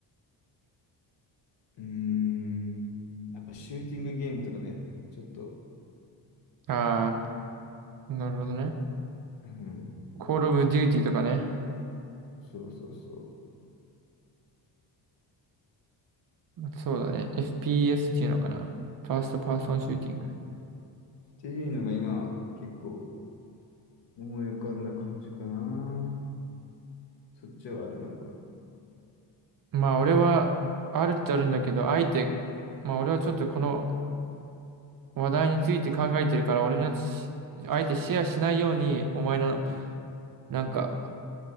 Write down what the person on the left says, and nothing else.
うーん、やっぱシューティングゲームとかね、ちょっと、
うん、
そうそうそう。
っていうのが今、結構思い浮かんだ感じかな。そっちはある、なんか。